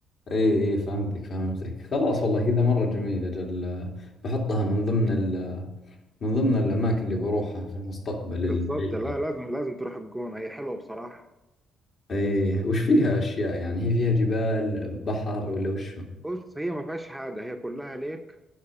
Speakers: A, on the left; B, in the centre.
A: اي اي فهمتك فهمتك خلاص والله كذا مرة جميل اجل بحطها من ضمن ال من ضمن الاماكن اللي بروحها في المستقبل البعيد
B: بالظبط لا لازم لازم تروح الجونه هي حلوه بصراحه
A: ايه وش فيها اشياء يعني هي فيها جبال بحر ولا وشو
B: بص هي ما فيهاش حاجه هي كلها ليك